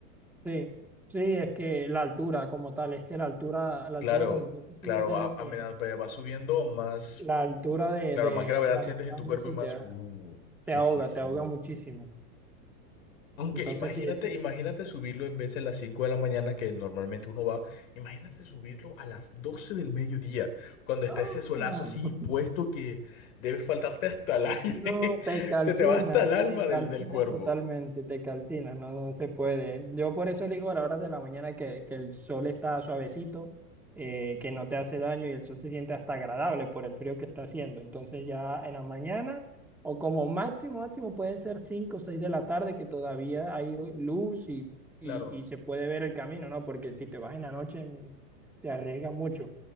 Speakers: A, in the centre; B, on the left.
A: Sí, sí, es que la altura como tal, es que la altura, la
B: Claro,
A: altura cuando tú estás
B: claro,
A: subiendo,
B: a,
A: eh,
B: a
A: eh,
B: medida que vas subiendo más,
A: la altura de,
B: claro,
A: de,
B: más gravedad
A: de la
B: sientes
A: montaña
B: en tu cuerpo
A: sí
B: y más,
A: te,
B: uh, sí,
A: te ahoga,
B: sí, sí.
A: te ahoga muchísimo.
B: Aunque
A: Entonces
B: imagínate,
A: sí, ese...
B: imagínate subirlo en vez de las 5 de la mañana que normalmente uno va, imagínate subirlo a las 12 del mediodía, cuando está
A: No,
B: ese solazo
A: no.
B: así
A: no.
B: puesto que debe faltarte hasta el aire,
A: No,
B: <laughs>
A: te calcinas,
B: se te va hasta el alma
A: te calcinas
B: del, del cuervo.
A: totalmente, te calcinas, no, no se puede. Yo por eso elijo a las horas de la mañana que, que el sol está suavecito, eh, que no te hace daño y el sol se siente hasta agradable por el frío que está haciendo. Entonces ya en las mañanas o como máximo, máximo puede ser 5 o 6 de la tarde que todavía hay luz y,
B: Claro,
A: y, y se puede ver el camino, ¿no? Porque si te vas en la noche mm, te arriesgas mucho.